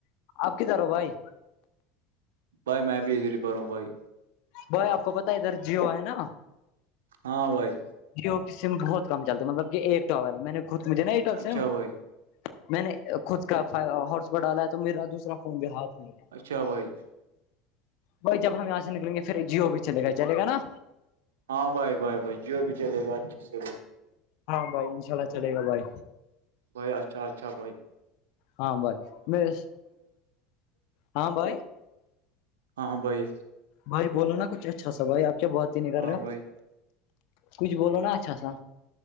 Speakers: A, on the left; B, on the right.
A: آپ کدھر ہو بھائی
B: بھائی میں بھی ادھر پڈھو ہوں بھائی
A: بھائی آپ کو پتی ہے ادھر جیو ہے نا
B: ہاں بھائی
A: جیو کی سم بہت کم چلتی ہے مطلب کہ ایک اور ہے میں نے خود مجھے نا ایئرٹیل
B: اچھا
A: سم
B: بھائی
A: میں نے خود کا ہارس ب ڈالا ہے تو میرا دوسرا فون بھی ہاتھ میں ہے
B: اچھا بھائی
A: وہی جب ہم یہاں سے نلیں گے پھر جیو بھی چل گا چل گا نا
B: ہاں بھائی بھائی بھائی جیو بھی چلے گا اچھے سے بھی
A: ہاں بھائی ان شاء اللہ چلے گا بھائی
B: بھائی اچھا اچھا بھائی
A: ہاں بھائی میں ہاں بھائی
B: ہاں بھائی
A: بھائی بولو نا کچھ اچھا سا بھائی آپ کیا بات ہی نہیں کر
B: ہاں
A: رہے
B: بھائی
A: کچھ بولو نا اچھا سا